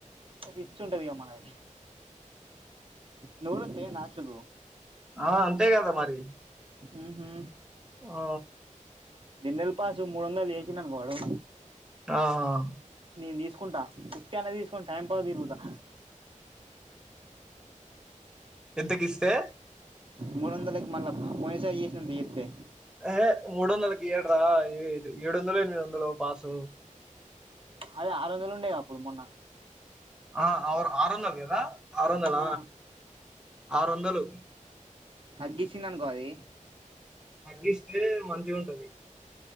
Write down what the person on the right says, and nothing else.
రిచ్ ఉంటదిగా మనది నూలతే నాచగో
ఊహు
దిన్నెలపాసు మూడు వందలు చేసిననువాడు.
నేను తీసుకుంటా ఉత్త అన్న తీసుకుని టైంపాస్ కి తిరుగుతా
మూడొందలకి మళ్ళ పోయినసారి చేసినంత ఎతే
అదే ఆరు వందలు ఉండేయి క అప్పుడు మొన్న
ఆ
తగ్గించింది అనుకో అది